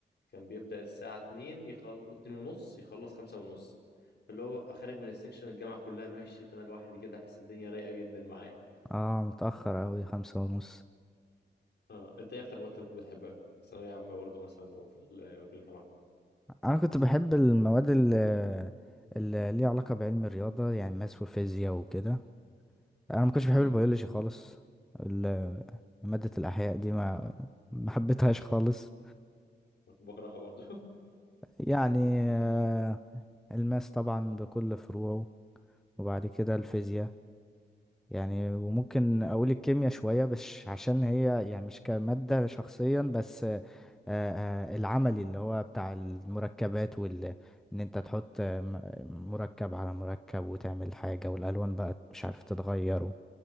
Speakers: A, on the left (about 75°); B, in the centre.
A: كان بيبدأ الساعة 2 يخل 2 ونص يخلص 5 ونص فاللي هو ببقى خارج من السكشن الجامعة كلها مشيت انا لوحدي كده احس الدنيا رايقة جدا معايا
B: اه متأخر أوي خمسة ونص
A: اه انت ايه اكتر مواد كنت بتحبها في ثانوية عامة برضو مثلا او في ال- او في الجامعة
B: أنا كنت بحب المواد اللي, اللي ليها علاقة بعلم الرياضة يعني ماس وفيزياء وكده انا ما كنتش بحب
A: امم
B: البيولوجي
A: أنا
B: خالص ال- مادة الاحياء دي ما ما حبيتهاش خالص
A: كنت بكرهها برضو <laughs>
B: يعني آه، الماس طبعا بكل فروعه وبعد كده الفيزياء يعني وممكن اقول الكيمياء شوية بس عشان هي يعني مش كمادة شخصيا بس آه، آه، العملي اللي هو بتاع المركبات وال ان انت تحط آه، م- مركب على مركب وتعمل حاجة والالوان بقى مش عارف تتغير